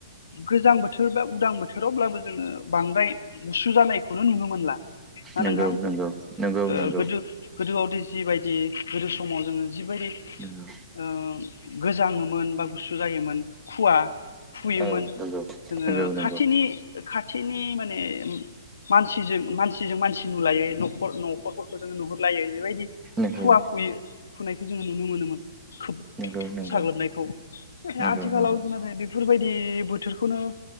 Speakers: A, on the left; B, on the right.
A: गोजां बोथोर बा उदां बोथोरावब्लाबो जोङो बांद्राय गुसु जानायखौनो नुनो मोनला। ना
B: नंगौ
A: नोंथां
B: नंगौ नंगौ
A: ओ
B: नंगौ
A: गोदो गोदोआवदि जिबायदि गोदो समाव जोङो जिबायदि
B: नंगौ
A: ओ गोजाङोमोन बा गुसु जायोमोन खुवा खुयोमोन।
B: औ नंगौ
A: जोङो
B: नंगौ
A: खाथिनि खाथिनि माने मानसिजों मानसि मानसि नुलायै नखर नखरफोरखौ जों नुहुरलायै बेबायदि
B: नंगौ
A: खुवा खुयो। खुनायखौ जोङो नुनो मोनोमोन खोब
B: नंगौ नंगौ नंगौ
A: साग्लोबनायखौ। नाथाय
B: नंगौ
A: आथिखालाव
B: नंगौ
A: बेबादि बेफोरबायदि बोथोरखौनो